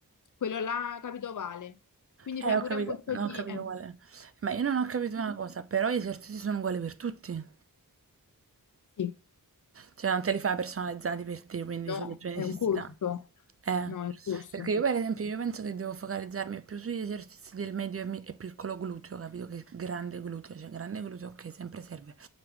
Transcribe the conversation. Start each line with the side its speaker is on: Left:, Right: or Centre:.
Left: quello là, capito, vale. Quindi
Right: Eh,
Left: fai
Right: ho
Left: pure
Right: capito,
Left: un corso
Right: no,
Left: di...
Right: ho capito
Left: eh,
Right: qual è. Ma io non ho capito una cosa, però gli esercizi sono uguali per tutti.
Left: sì,
Right: Cioè, non te li fai personalizzati per te, quindi
Left: no,
Right: sulle tue necessità.
Left: è un corso,
Right: Eh,
Left: no, è un corso.
Right: perché io per esempio, io penso che devo focalizzarmi più sugli esercizi del medio e, mi- e piccolo gluteo, capito? Che grande gluteo, cioè grande gluteo, ok, sempre serve.